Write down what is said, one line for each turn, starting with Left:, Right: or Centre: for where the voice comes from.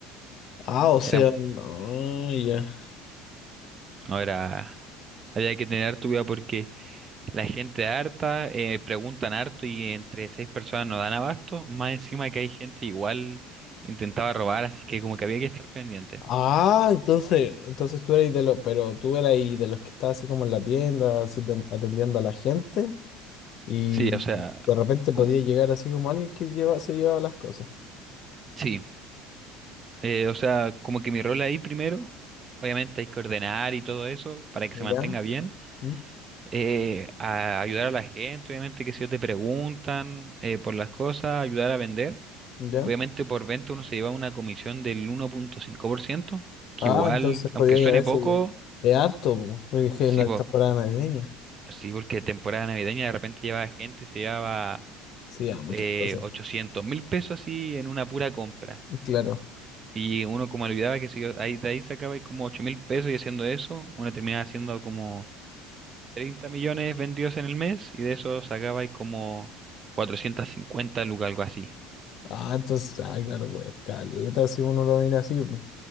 Left: Ah, o sea,
Right: Éramos,
Left: no, ya.
Right: no era, había que tener harto cuidado porque la gente harta, eh, preguntan harto y entre seis personas no dan abasto, más encima que hay gente igual intentaba robar, así que como que había que estar pendiente.
Left: Ah, entonces, entonces tú eras de los, pero tú eras ahí de los que estaba así como en la tienda, así ten- atendiendo a la gente, y
Right: Sí, o sea,
Left: de repente podía
Right: como,
Left: llegar así como alguien que lleva, se llevaba las cosas.
Right: sí, eh, o sea, como que mi rol ahí primero, obviamente hay que ordenar y todo eso para que
Left: ¿Ya?
Right: se mantenga bien,
Left: ¿Mm?
Right: eh, a ayudar a la gente, obviamente que si ellos te preguntan eh, por las cosas, ayudar a vender,
Left: ¿Ya?
Right: obviamente por venta uno se lleva una comisión del uno punto cinco por ciento, que
Left: Ah,
Right: igual,
Left: entonces
Right: aunque
Left: podía
Right: suene
Left: ir a veces.
Right: poco,
Left: Es harto, po, porque es que
Right: sí,
Left: no está
Right: po-
Left: fuera navideña.
Right: sí, porque temporada navideña de repente lleva gente, se llevaba
Left: Sí, a muchas
Right: eh,
Left: cosas.
Right: 800 mil pesos así en una pura compra.
Left: Claro.
Right: Y uno como olvidaba que si ahí, de ahí sacaba como ocho mil pesos y haciendo eso, uno terminaba haciendo como 30 millones vendidos en el mes y de eso sacaba ahí como 450 lucas, algo así.
Left: Ah, entonces, ah, claro, pues, caleta, si uno lo mira así, pues.